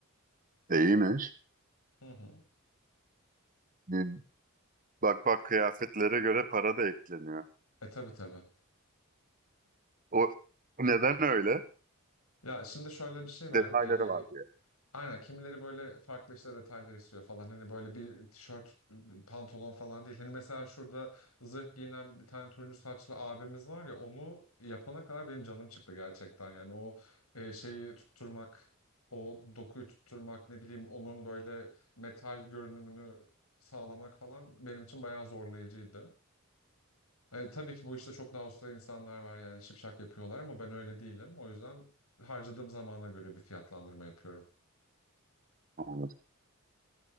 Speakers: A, on the right; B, on the left.
A: E, İyiymiş.
B: Hı hı.
A: Bir- Bak bak kıyafetlere göre para da ekleniyor.
B: E tabii tabii.
A: O neden öyle?
B: Ya şimdi şöyle bir şey var.
A: Detayları
B: E,
A: var diye.
B: aynen kimileri böyle farklı işte detaylar istiyor falan. Hani böyle bir tişört, pantolon falan değil. Hani mesela şurada zırh giyinen bir tane turuncu saçlı abimiz var ya onu yapana kadar benim canım çıktı gerçekten. Yani o e, şeyi tutturmak, o dokuyu tutturmak ne bileyim onun böyle metal görünümünü sağlamak falan benim için bayağı zorlayıcıydı. E, tabii ki bu işte çok daha usta insanlar var yani şipşak yapıyorlar ama ben öyle değilim. O yüzden harcadığım zamana göre bir fiyatlandırma yapıyorum.
A: Anladım.